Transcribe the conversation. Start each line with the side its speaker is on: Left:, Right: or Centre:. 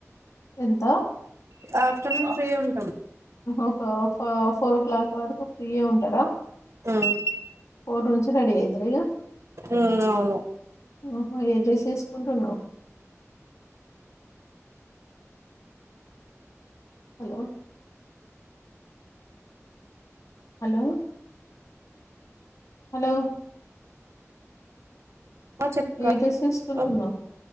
Left: ఎంత
Right: ఆఫ్టర్నూన్ ఫ్రీ ఉన్
Left: ఒక ఫ ఫోర్ ఓ క్లాక్ వరకు ఫ్రీయే ఉంటారా
Right: ఉమ్
Left: ఫోర్ నుంచి రెడీ అయితరా ఇగా.
Right: ఉమ్ అవును
Left: ఆహో ఏ డ్రెస్ ఏసుకుంటున్నవ్. హలో హలో హలో
Right: ఆ చెప్ప క
Left: ఏ డ్రెస్ వేసుకుంటున్నావు